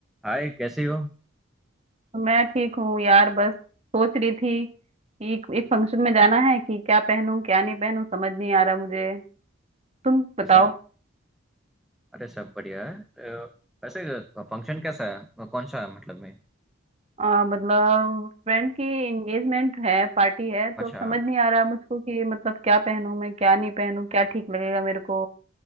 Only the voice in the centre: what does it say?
हाय कैसी हो
अच्छा अरे सब बढ़िया है अ, वैसे फंक्शन कैसा है कौन सा है मतलब में
अच्छा